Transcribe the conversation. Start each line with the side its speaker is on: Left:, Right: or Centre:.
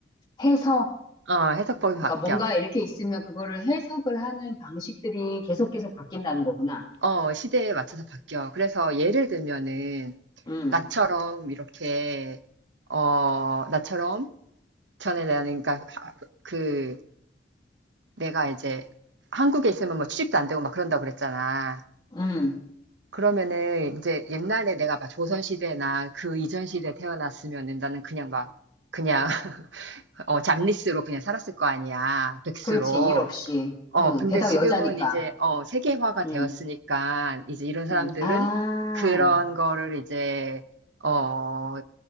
Left: 해석,
Right: 어, 해석법이
Left: 그러니까
Right: 바뀌어.
Left: 뭔가 이렇게 있으면 그거를 해석을 하는 방식들이 계속 계속 바뀐다는 거구나.
Right: 어, 시대에 맞춰서 바뀌어. 그래서 예를 들면은,
Left: 음,
Right: 나처럼 이렇게, 어, 나처럼 전에 나는, 그러니까 하- 그, 내가 이제 한국에 있으면 뭐 취직도 안 되고 막 그런다고 그랬잖아.
Left: 음,
Right: 그러면은 이제 옛날에 내가 막 조선시대나 그 이전 시대에 태어났으면은 나는 그냥 막 그냥 <laughs> 어 잡리스로 그냥 살았을 거 아니야. 백수로.
Left: 그렇지, 일 없이.
Right: 어
Left: 음,
Right: 근데
Left: 게다가
Right: 지금은
Left: 여자니까.
Right: 이제 어 세계화가
Left: 음,
Right: 되었으니까 이제 이런 사람들은
Left: 음, 아,
Right: 그런 거를 이제 어